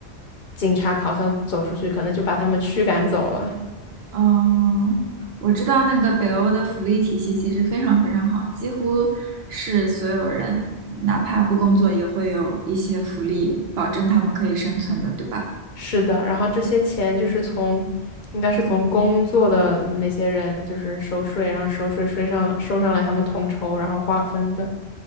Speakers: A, on the left; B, on the right.
A: 警察好像走出去，可能就把他们驱赶走了。
B: 哦，我知道那个北欧的福利体系其实非常非常好，几乎是所有人哪怕不工作也会有一些福利，保证他们可以生存的，对吧？
A: 是的，然后这些钱就是从，应该是从工作的那些人就是收税，然后收税税上收上来他们统筹，然后划分的。